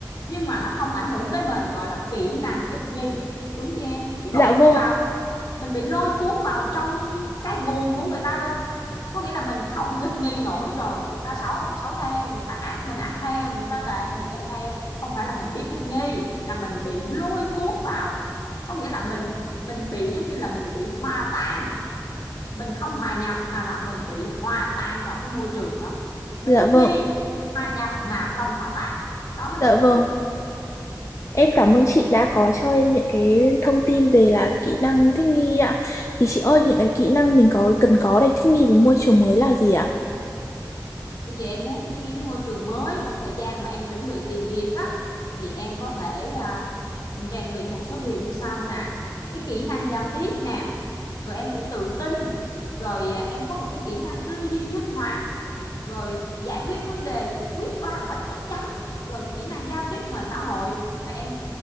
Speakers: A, on the left (about 70°); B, on the left (about 45°).
A: nhưng mà nó không ảnh hưởng tới mình gọi là kỹ năng thích nghi đúng chứ em chứ còn
B: Dạ
A: mình
B: vâng
A: đi vào
B: ạ.
A: mình bị lôi cuốn vào trong cái guồng của người ta luôn có nghĩa là mình không thích nghi nổi rồi người ta xấu mình xấu theo người ta ác mình ác theo người ta tệ mình tệ theo không phải là mình biết thích nghi là mình bị lôi cuốn vào có nghĩa là mình mình bị giống như là mình bị hòa tan mình không hòa nhập mà là mình bị hòa tan vào cái môi trường đó mình
B: Dạ
A: thích
B: vâng.
A: nghi hòa nhập mà không hòa tan đó mới
B: Dạ
A: gọi
B: vâng.
A: là thích
B: Em cảm ơn chị đã có cho em những cái thông tin về là kỹ năng thích nghi ạ. Thì chị ơi những cái kỹ năng mình có cần có để thích nghi với môi trường mới là gì ạ?
A: Bây giờ em muốn thích nghi với môi trường mới trong thời gian mà em chuẩn bị tìm việc á thì em có thể à, rèn luyện một số điều như sau nè. Cái kỹ năng giao tiếp nè, rồi em phải tự tin, rồi à, em có một cái kỹ năng tư duy linh hoạt, rồi giải quyết vấn đề quyết đoán và chắc chắn, rồi kỹ năng giao tiếp ngoài xã hội và em